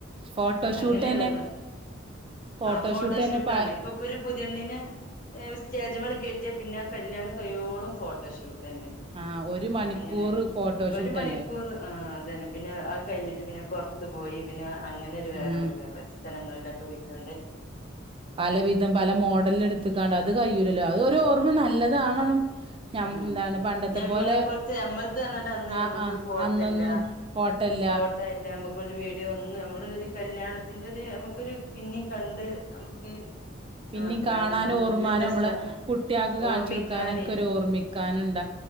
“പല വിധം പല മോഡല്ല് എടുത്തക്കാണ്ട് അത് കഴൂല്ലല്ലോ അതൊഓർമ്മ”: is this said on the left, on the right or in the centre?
Right